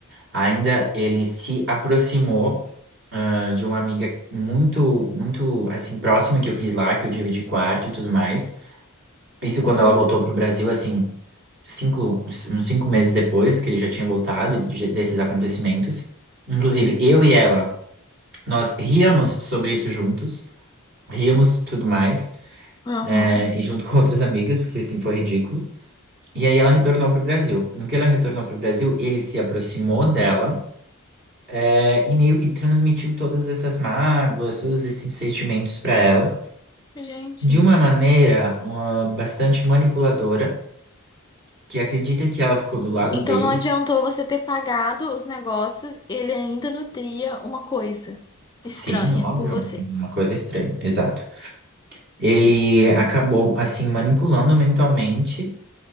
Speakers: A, on the right; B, on the left.
A: ainda ele se aproximou ah, de uma amiga muito, muito assim próxima que eu fiz lá, que eu dividi quarto e tudo mais. Isso quando
B: Uhum.
A: ela voltou pro Brasil, assim, cinco, uns cinco meses depois que ele já tinha voltado e de- desses acontecimentos. Inclusive, eu e ela, nós ríamos sobre isso juntos, ríamos tudo mais.
B: Uhum.
A: é, e junto <laughs> com outras amigas, porque assim foi ridículo. E aí ela retornou pro Brasil. No que ela retornou pro Brasil, ele se aproximou dela, é, e meio que transmitiu todas essas mágoas, todos esses sentimentos para ela,
B: Gente.
A: de uma maneira, ah, bastante manipuladora, que acredita que ela ficou do lado
B: Então
A: dele.
B: não adiantou você ter pagado os negócios, ele ainda nutria uma coisa estranha
A: Sim, óbvio,
B: por você.
A: uma coisa estranha, exato. Ele acabou assim manipulando mentalmente